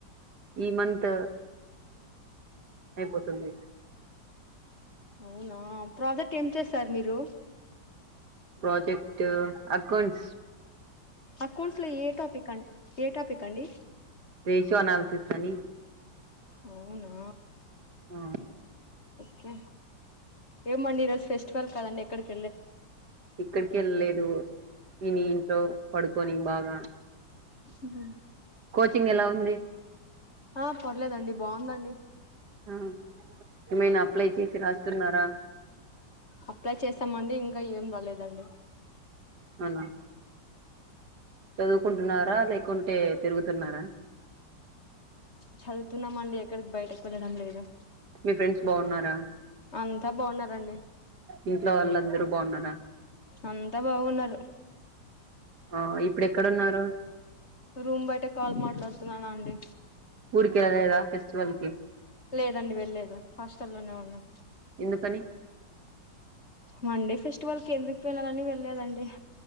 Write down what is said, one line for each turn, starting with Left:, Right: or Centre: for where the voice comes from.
Right: ఈ మంత్ అయిపోతుంది
Left: అవునా ప్రాజక్ట్ ఏం చేసరు మీరు
Right: ప్రాజెక్ట్ అకౌంట్స్
Left: అకౌంట్స్ లో ఏ టాపిక్ అం ఏ టాపిక్ అండి
Right: రేషియో అనాలిసిస్ అని
Left: అవునా
Right: ఆ
Left: కే ఏమండి ఈ రోజు ఫెస్టివల్ కాదండి ఎక్కడిక్
Right: ఎక్కడికి వెళ్ళలేదు తిని ఇంట్లో పడుకొని బాగా
Left: మ్
Right: ంగ్ ఎలా ఉంది
Left: ఆ పర్లేదండి బాగుందండి
Right: ఆ ఏమైనా అప్లై చేసి రాస్తున్నారా
Left: అప్లై చేసామండి ఇంకా ఏం రాలేదండి
Right: అవునా చదువుకుంటున్నారా లేకుంటే తిరుగుతున్నారా
Left: చదువుతున్నామండి ఎక్కడికి బయటికి వెళ్ళడం లేదు
Right: మీ ఫ్రెండ్స్ బాగున్నారా
Left: అంతా బాగున్నరండి
Right: ఇంట్లో వాళ్ళందరు బాగున్నారా
Left: అంతా బాగున్నారు
Right: ఆ ఇప్పుడు ఎక్కడున్నారు
Left: రూమ్ బయట కాల్ మాట్లాడుతున్నానండి
Right: ఊరికెల్లా లేదా ఫెస్టివల్కి
Left: లేదండి వెళ్లేదు హాస్టల్లోనే ఉన్నా
Right: ఎందుకని
Left: మండే ఫెస్టివల్ కి ఎందుకు వెళ్ళాలని వెళ్ళలేదండి